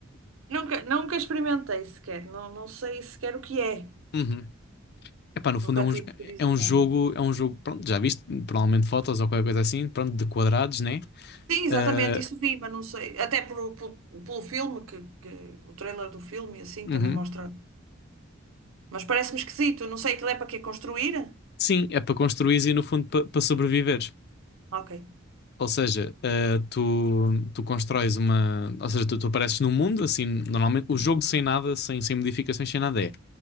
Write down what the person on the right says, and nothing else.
Nunca, nunca experimentei sequer. Não, não sei sequer o que é.
Nunca
tive curiosidade.
Sim, exatamente,
isso vi, mas não sei. Até por, por- pelo filme, que, que- o trailer do filme, e assim,
também mostra. Mas parece-me esquisito. Não sei, aquilo é para quê? Construir?
Ok.
Uhum.